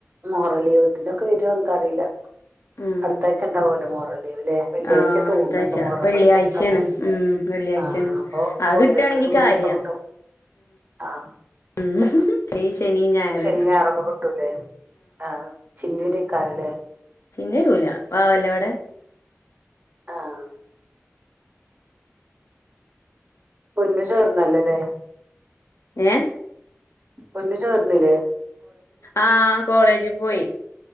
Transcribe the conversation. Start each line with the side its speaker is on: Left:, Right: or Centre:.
Right: മൊഹറൽ ലീവത്തിന്റെ ഒക്കെ വരോ അറീല്ല.
Left: ഉം
Right: അടുത്താഴ്ച ഉണ്ടാവല്ലോ മോഹറ ലീവല്ലേ വെള്ളിയാഴ്ചയ
Left: ആ
Right: തോന്നുണ്ട്
Left: അടുത്താഴ്ച
Right: മ മുഹറം
Left: വെള്ളിയാഴ്ചയാണ്
Right: പത്ത് അല്ലെ
Left: ഉം വെള്ളിയാഴ്ചയാണ്
Right: ആഹ അപ്പൊ
Left: അത്
Right: പോണ്ടക്ക്
Left: കിട്ടാണെങ്കി
Right: ഒരു മൂന്ന്
Left: കാര്യാ
Right: ദിവസം കിട്ടും ആഹ
Left: ഉം
Right: പത്ത്
Left: അല്ലെ ശനി ഞായർ
Right: ശനി ഞായറൊക്കെ കിട്ടൂല്ലേ ആഹ് ചിന്നൂര് കാരല്ലേ
Left: ചിന്നു വരുല വാവല്ലേ ഇവിടെ
Right: ആഹ് പൊന്നു ചോർന്നല്ലല്ലേ
Left: ഏഹ്
Right: പൊന്നു ചോർന്നില്ലേ
Left: ആഹാ കോളേജിൽ പോയി